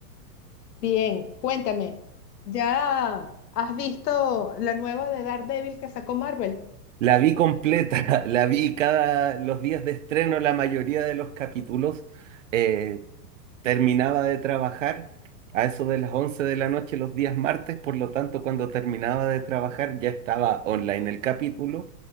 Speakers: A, on the left; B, on the right.
A: Bien, cuéntame, ¿ya has visto la nueva de Daredevil que sacó Marvel?
B: La vi completa, <laughs> la vi cada los días de estreno, la mayoría de los capítulos. Eh, terminaba de trabajar a eso de las 11 de la noche los días martes, por lo tanto, cuando terminaba de trabajar ya estaba online el capítulo